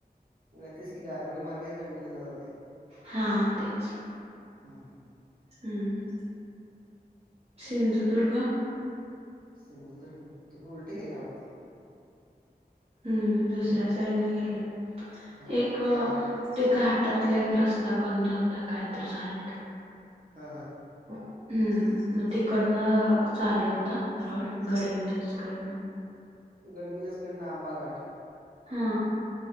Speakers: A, on the right; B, on the right.
A: ग तेच की गारगोडी मार्गेच <unintelligible> जाते.
B: हा तेच
A: हम्म हम्म
B: हम्म सिंधुदुर्ग
A: सिंधुदुर्ग तुम्ही उलटे गेला वाटतय
B: हम्म दुसऱ्या साईडने गेलेल
A: हां,
B: एक
A: मग ते आज
B: ते घाटातला एक रस्ता बंद होता कायतर झालेल.
A: हा हा
B: हम्म मग तिकडनं चालू होता रोड गडिंगदज कडनं.
A: गडींगलंच कडनं आंबा घाट.
B: हा